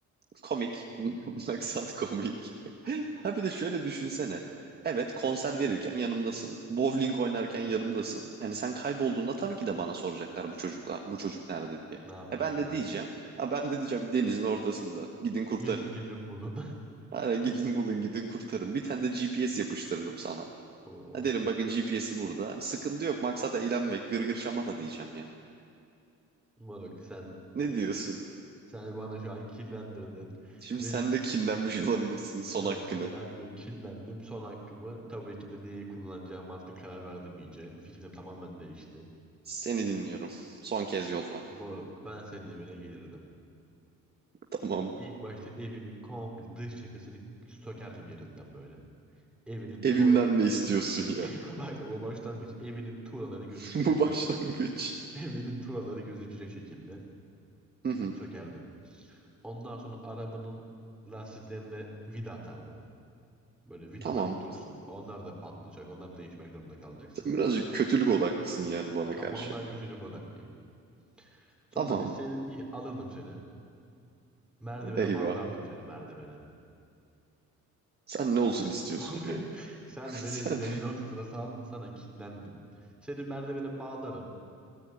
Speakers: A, on the right; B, in the centre.
A: Komik. <laughs> Maksat komik. <laughs> Ha bir de şöyle düşünsene. Evet konser verirken yanımdasın. Bowling oynarken yanımdasın. Hani sen kaybolduğunda tabii ki de bana soracaklar bu çocukla bu çocuk nerede diye.
B: Ne yaptın
A: E ben de
B: diye.
A: diyeceğim. Ha ben de diyeceğim denizin ortasında. Gidin kurtarın.
B: Gid gidin bulun. <laughs>
A: Hani gidin bulun gidin kurtarın. Bir tane de GPS yapıştırırım sana.
B: Oo.
A: Ha derim bakın GPS'i burada. Sıkıntı yok maksat eğlenmek gırgır şamata diyeceğim yani.
B: Moruk sen
A: Ne diyorsun?
B: sen bana şu an kinlendirdin.
A: Şimdi
B: Benim
A: sen de kinlenmiş olabilirsin son
B: evet
A: hakkını.
B: ben de kinlendim. Son hakkımı tabii ki de niye kullanacağım artık karar verdim iyice. Fikrim tamamen değişti.
A: Seni dinliyorum. Son kez yolla.
B: Moruk ben senin evine gelirdim.
A: Tamam.
B: İlk başta evinin komple dış cephesini sökerdim yerinden böyle. Evinin
A: Evimden
B: tuğlaları.
A: ne istiyorsun ya?
B: <laughs> Bak bu başlangıç. Evinin tuğlaları gözükecek
A: <laughs> Bu başlangıç.
B: böyle. <laughs> Evinin tuğlaları gözükecek şekilde
A: Hı hı.
B: sökerdim. Ondan sonra arabanın lastiklerine vida atardım. Böyle vidalar
A: Tamam.
B: dursun. Onlar da patlayacak. Onlar değişmek zorunda kalacaksın.
A: Sen birazcık kötülük odaklısın yani bana
B: Tamamen
A: karşı.
B: kötülük odaklıyım. Sonra
A: Tamam.
B: senin alırdım seni. Merdivene
A: Eyvah.
B: bağlardım seni merdivene.
A: Sen ne olsun
B: <laughs>
A: istiyorsun
B: Moruk,
A: ya? <laughs>
B: Sen
A: Sen.
B: beni deniz ortasına saldın sana kinlendim. Seni merdivene bağlarım.